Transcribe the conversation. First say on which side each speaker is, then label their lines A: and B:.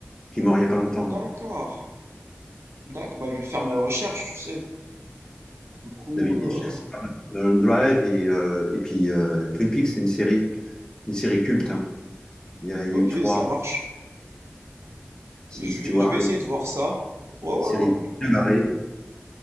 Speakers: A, on the left; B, on the right.
A: qui est mort il n'y a pas longtemps.
B: D'accord.
A: hein.
B: D'accord. Bah, je vais faire mes recherches, tu sais. Du coup,
A: David Lynch,
B: euh,
A: Mulholland Drive et, euh, et puis euh, Twin Peaks, c'est une série, une série culte. hein. Il y a, il y
B: ok,
A: a eu trois,
B: ça marche.
A: si,
B: Je
A: si tu
B: vais,
A: vois,
B: je vais essayer de voir ça. Ouais, ouais,
A: une série
B: ouais.
A: bien barrée.
B: Hmm,